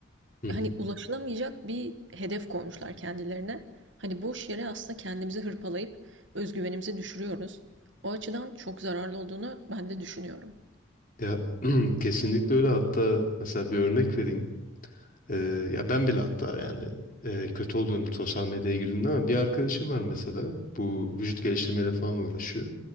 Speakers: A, on the left (about 40°); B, on the right (about 65°).
A: Hı hı.
B: hani ulaşılamayacak bir hedef koymuşlar kendilerine. Hani boş yere aslında kendimizi hırpalayıp özgüvenimizi düşürüyoruz. O açıdan çok zararlı olduğunu ben de düşünüyorum.
A: Ya <clears throat> kesinlikle öyle. Hatta mesela bir örnek vereyim. Ee, ya ben bile hatta yani e, kötü olduğum sosyal medyaya girdiğimde ama bir arkadaşım var mesela. Bu vücut geliştirmeyle falan uğraşıyor.